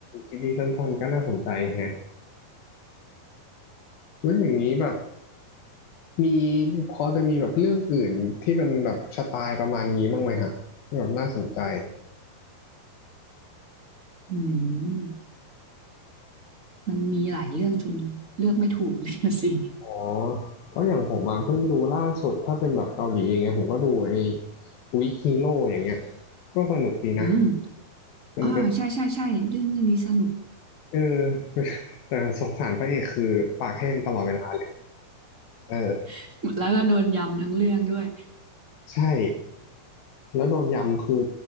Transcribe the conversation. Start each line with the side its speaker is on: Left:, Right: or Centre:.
Left: ซีรีส์สั้นๆก็น่าสนใจแฮะแล้วอย่างนี้แบบ มีพอจะมีแบบเรื่องอื่นที่เป็นแบบสไตล์ประมาณนี้บ้างไหมฮะที่แบบน่าสนใจ
Right: <laughs> อืมมันมีหลายเรื่องจนเลือกไม่ถูกเลยนะสิ <laughs>
Left: อ๋อเพราะอย่างผมมาเพิ่งดูล่าสุดถ้าเป็นแบบเกาหลีอย่างเงี้ยผมก็ดูไอ้วิกฮีโร่อย่างเงี้ยก็สนุกดีนะ
Right: อืม
Left: มันเป็น
Right: อ๋อใช่ใช่ใช่เรื่องเรื่องนี้สนุก
Left: เออ <laughs> แต่สงสารพระเอกคือปากแห้งตลอดเวลาเออ
Right: <laughs> แล้วก็โดนยำทั้งเรื่องด้วย
Left: ใช่แล้วโดนยำคือ